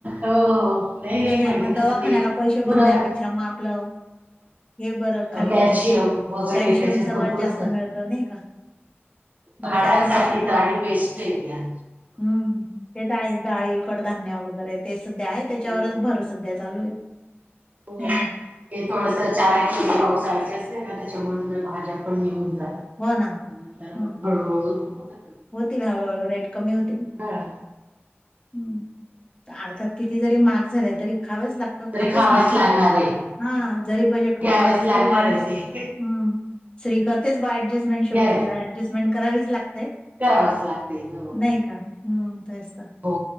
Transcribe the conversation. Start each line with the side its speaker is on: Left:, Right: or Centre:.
Right: हो हो नाही
Left: ते
Right: नाही
Left: कस आहे
Right: म्हणजे
Left: मग
Right: कसं
Left: दवाखान्याला
Right: ते
Left: पैसे भरण्यापेक्षा
Right: गुरं खा
Left: मग आपलं हे बरं खाल्लेलं
Right: कॅल्शियम वगैरे
Left: कॅल्शियम
Right: त्याच्यात
Left: सर्वात
Right: भरपूर
Left: जास्त
Right: असतात
Left: मिळत नाही का बरं
Right: हाडांसाठी
Left: त्याच कसं
Right: तर <unintelligible> बेस्ट येतेया
Left: हम्म ते तर हायेच डाळी कडधान्य वगैरे ते सध्या आहे
Right: हो.
Left: त्याच्यावरच भर सध्या चालूय.
Right: हो.
Left: नाही का?
Right: ते थोडस चार किली पावसाळचे असते त्याच्यामुळे थोड्या भाज्या पण हे होवून जातात.
Left: हो ना
Right: नंतर मग
Left: हो ना
Right: हळू हळू होतात.
Left: होतील, हळूहळू रेट कमी होतील.
Right: हा.
Left: हम्म अर्थात किती जरी महाग झाले तरी खावेच लाग पण
Right: तरी
Left: खातचं
Right: खावाच
Left: माणूस
Right: लागणार आहे
Left: हा
Right: मग
Left: जरी बजेट कोलमडलं
Right: घ्यावेच लागणार
Left: तरी माणूस
Right: आहे ते
Left: हं स्त्री करतेच बा ऍडजस्टमेंट शेवट
Right: घ्याय
Left: तिला ऍडजस्टमेंट करावीच लागते.
Right: करावंच लागते हो
Left: नाही का? हम्म तेच तर
Right: हो